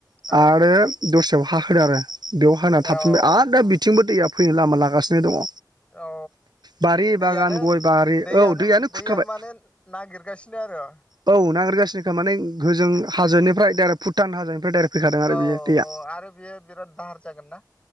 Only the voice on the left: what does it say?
औ
औ
औ
औ
दैयानो
दैयानो
दैयानो माने नागिरगासिनो आरो
औ
औ आरो बियो बिराद दाहार जागोन ना